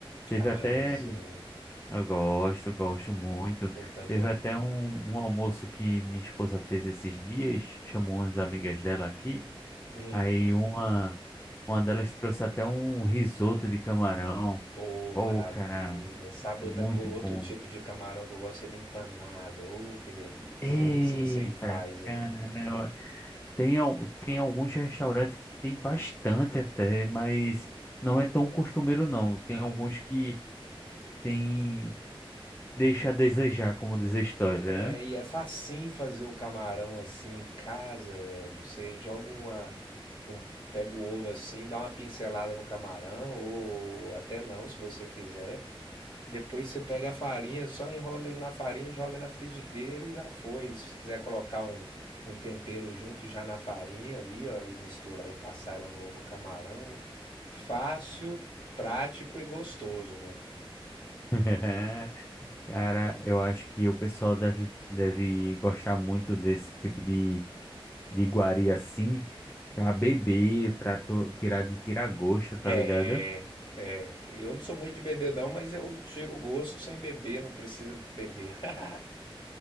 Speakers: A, on the left; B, on the left.
A: Teve
B: Camarãozinho,
A: até. Eu gosto, gosto muito.
B: eu também.
A: Teve até um, um almoço que minha esposa fez esses dias, chamou umas amigas dela aqui.
B: Hum,
A: Aí uma, uma delas trouxe até um risoto de camarão.
B: ô
A: Pô,
B: maravilha.
A: cara.
B: Sabe
A: Muito
B: outra, co- outro
A: bom.
B: tipo de camarão que eu gosto? Ele empanado. Ô, que delícia.
A: Eita,
B: Não sei se aí faz aí.
A: caramba. Tem, al- tem alguns restaurantes que tem bastante até, mas não é tão costumeiro não. Tem alguns que tem deixa a desejar, como diz a história,
B: É,
A: né?
B: e é facinho fazer o camarão assim em casa, velho. Você joga uma, um, pega o ovo assim, dá uma pincelada no camarão, ou até não, se você quiser. Depois você pega a farinha, só enrola ele na farinha, joga na frigideira e já foi. Se você quiser colocar um, um tempero junto já na farinha ali, ó, e misturar e passar ela no, no camarão, fácil, prático e gostoso, né?
A: <laughs> Cara, eu acho que o pessoal deve, deve gostar muito desse tipo de, de iguaria assim, pra beber, pra to- tirar de tirar gosto, tá
B: É,
A: ligado?
B: é, eu não sou muito de beber não, mas eu tiro o gosto sem beber, não precisa beber. <laughs>